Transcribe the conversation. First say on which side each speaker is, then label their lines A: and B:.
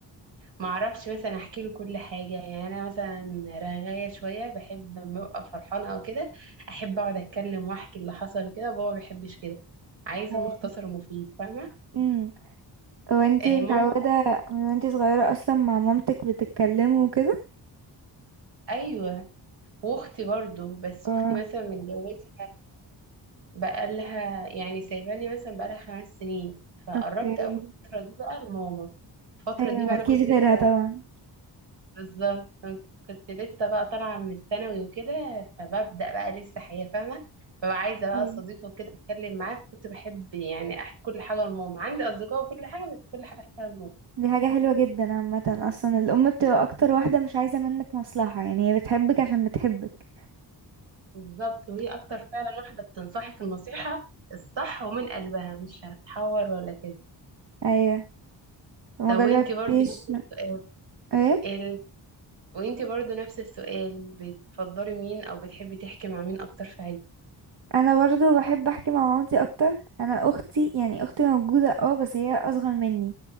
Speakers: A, on the right (about 85°); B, on the right (about 70°).
A: ما اعرفش مثلا احكي له كل حاجه يعني انا مثلا رغايه شويه بحب لما ببقى فرحانه او كده احب اقعد اتكلم واحكي اللي حصل كده بابا ما بيحبش كده عايز
B: <laughs>
A: المختصر المفيد فاهمه
B: امم وانتي
A: آه
B: متعودة
A: ماما
B: من وانتي صغيرة اصلا مع مامتك بتتكلموا وكده؟
A: ايوه واختي برضو بس
B: اه
A: اختي مثلا متجوزه بقالها يعني سايباني مثلا بقالها خمس سنين فقربت
B: اوكي
A: اول فتره دي بقى لماما الفتره
B: ايوه
A: دي بقى
B: مالكيش
A: انا كنت لسه
B: غيرها طبعا
A: بالظبط كنت لسه بقى طالعة من الثانوي وكده فببدأ بقى لسه حياة فاهمة فبقى عايزة بقى
B: ايوه.
A: صديقة وكده أتكلم معاه كنت بحب يعني أحكي كل حاجة لماما عندي أصدقاء وكل حاجة بس كل حاجة أحكيها لماما
B: دي حاجة حلوة جدا عامة اصلا الام بتبقى اكتر واحدة مش عايزة منك مصلحة يعني هي بتحبك عشان بتحبك
A: بالظبط وهي أكتر فعلا واحدة بتنصحك النصيحة الصح ومن قلبها مش هتحور ولا كده
B: ايوه ما
A: طب
B: جربتيش
A: وانتي برضو نفس السؤال
B: ايه؟
A: ال... وانتي برضو نفس السؤال بتفضلي مين أو بتحبي تحكي مع مين أكتر في عيلتك؟
B: انا برضو بحب احكي مع مامتي اكتر انا اختي يعني اختي موجوده اه بس هي اصغر مني